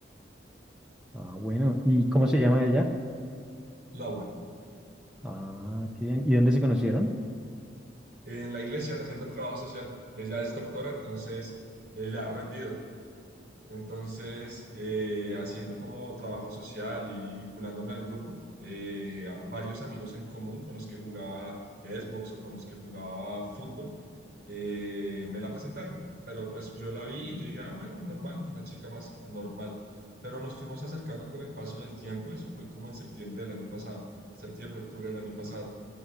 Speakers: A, in the centre; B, on the right.
A: Ah, bueno. ¿Y cómo se llama ella?
B: Laura,
A: Ah, qué bien. ¿Y dónde se conocieron?
B: en la iglesia haciendo el trabajo social, ella es doctora, entonces eh, le ha rendido. Entonces, eh, haciendo como trabajo social y vinculándome al grupo, eh, a varios amigos en común con los que jugaba Xbox o con los que jugaba fútbol, eh, me la presentaron. Pero pues yo la vi y yo dije, ah, bueno, normal, una chica más normal. Pero nos fuimos acercando con el paso del tiempo, eso fue como en septiembre del año pasado, septiembre, octubre del año pasado.